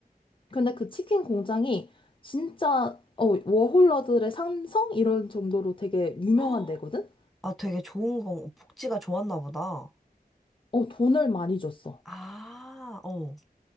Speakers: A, on the left; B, in the centre.
A: 근데 그 치킨 공장이 진짜 어, 워홀러들의 삼성 이런 정도로 되게 유명한
B: 헉,
A: 데거든?
B: 아, 되게 좋은 건, 복지가 좋았나 보다.
A: 어, 돈을 많이 줬어.
B: 아, 어,